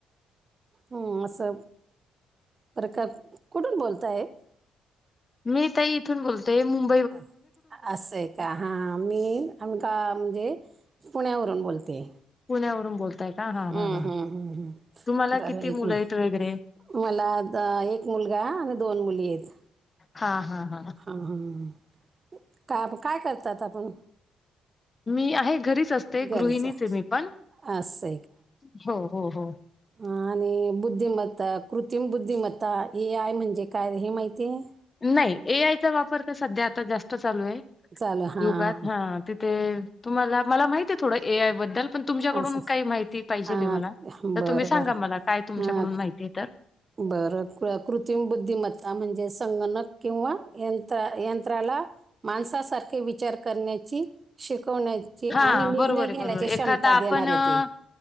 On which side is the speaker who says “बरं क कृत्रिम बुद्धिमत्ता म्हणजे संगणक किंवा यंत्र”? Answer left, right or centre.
Right